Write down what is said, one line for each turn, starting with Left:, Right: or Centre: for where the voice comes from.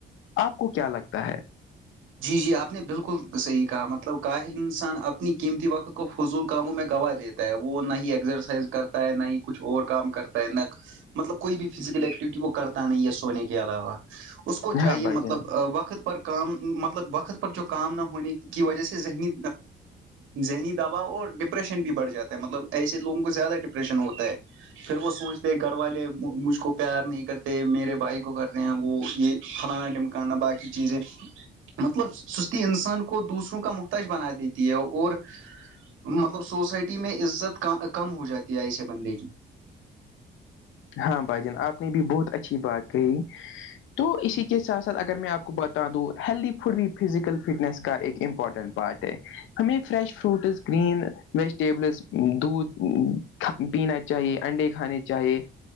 Left: آپ کو کیا لگتا ہے
Right: جی جی آپ نے بالکل صحیح کہا مطلب کاہل انسان اپنی قیمتی وقت کو فضول کاموں میں گواہ دیتا تا ہے وہ نہ ہی ایکزرسائز کرتا ہے نہ ہی کچھ اور کام کرتا ہے نہ مطلب کوئی بھی فزیکل ایکٹیوٹی وہ کرتا نہیں ہے سونے کے علاوہ اس کو
Left: ہاں
Right: چاہیے
Left: بھائی
Right: مطلب
Left: جان
Right: وقت پر کام مطلب وقت پر جو کام نہ ہونے کی وجہ سے ذہنی ذہنی دباؤ اور ڈپریشن بھی بڑھ جاتا ہے مطلب ایسے لوگوں کو زیادہ ڈپریشن ہوتا ہے پھر وہ سوچتے گھر والے مجھ کو پیار نہیں کرتے میرے بھائی کو کرتے ہیں وہ یہ پھلانا ڈمکانا باقی چیزیں مطلب سستی انسان کو دوسروں کا مختج بنا دیتی ہے اور مطلب سوسائٹی میں عزت کم ہو جاتی ہے ایسے بندے کی
Left: ہاں بھائی جان آپ نے بھی بہت اچھی بات گئی تو اسی کے ساتھ ساتھ اگر میں آپ کو بتا دوں ہیلدی فڈ بھی فزیکل فٹنیس کا ایک امپورٹنٹ پارٹ ہے ہمیں فریش فروٹس گرین ویجیٹیبلز دودھ پینا چاہیے انڈے کھانے چاہیے